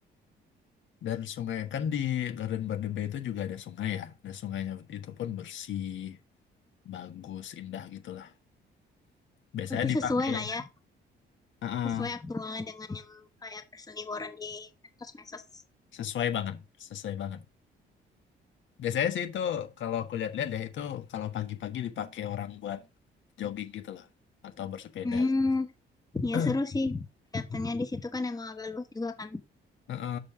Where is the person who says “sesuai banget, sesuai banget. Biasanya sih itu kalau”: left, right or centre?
Left